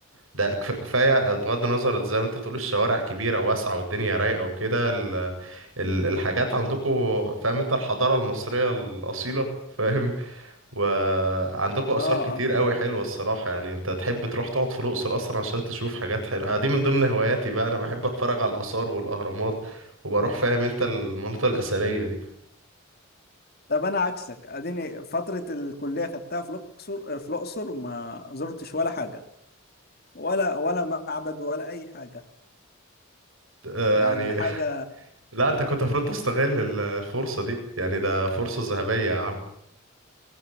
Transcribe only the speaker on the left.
اه
اه فاهم
طب أنا عكسك أديني فترة الكلية خدتها في الأقصر في الأقصر ما زرتش ولا حاجة ولا ولا معبد ولا أي حاجة
يعني
حاجة